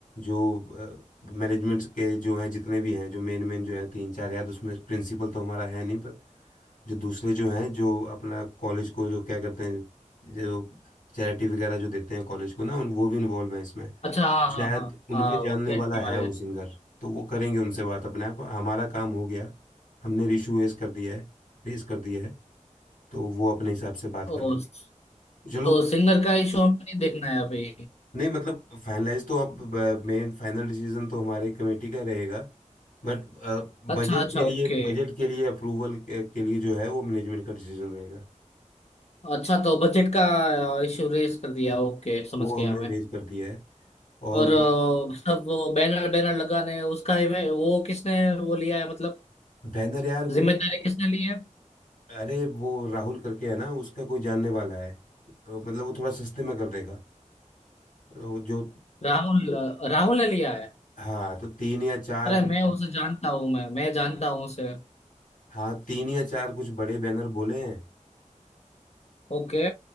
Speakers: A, on the left; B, on the left.
A: जो मैनेजमेंट के जो हैं जितने भी हैं जो मेन मेन जो हैं तीन चार यार उसमें प्रिंसिपल तो हमारा है नहीं पर जो दूसरे जो हैं जो अपना कॉलेज को जो क्या करते हैं जो चैरिटी वगैरह जो देते हैं कॉलेज को ना उन वो भी इन्वॉल्व हैं इसमें
B: अच्छा हाँ
A: शायद
B: हाँ हाँ
A: उनके
B: हाँ
A: जानने
B: वो टेंट
A: वाला है
B: वाले
A: वो सिंगर तो वो करेंगे उनसे बात अपने आप हमारा काम हो गया हमने इशू रेस कर दिया है रेस कर दिया है तो वो अपने हिसाब से बात
B: ओ
A: कर लेंगे चलो
B: तो सिंगर का इशू हमें नहीं देखना है अभी
A: नहीं मतलब फाइनलाइज तो अब मेन फाइनल डिसीजन तो हमारे कमेटी का रहेगा बट
B: अच्छा
A: बजट
B: अच्छा
A: के लिए
B: ओके
A: बजट के लिए अप्रूवल के, के लिए जो है वो मैनेजमेंट का डिसीजन रहेगा
B: अच्छा तो बजट का इशू रेस कर दिया ओके समझ
A: वो हमने
B: गया मैं
A: अरेंज कर दिया है और
B: और अ, सब वो बैनर बैनर लगाने उसका ही वे- वो किसने वो लिया है मतलब
A: बैनर यार वो
B: जिम्मेदारी किसने ली है
A: अरे वो राहुल करके है ना उसका कोई जानने वाला है तो मतलब वो थोड़ा सस्ते में कर देगा तो जो
B: राहुल राहुल ने लिया है
A: हाँ तो तीन या चार
B: अरे
A: कुछ
B: मैं उसे जानता हूँ मैं मैं जानता हूँ उसे
A: हाँ तीन या चार कुछ बड़े बैनर बोले हैं
B: ओके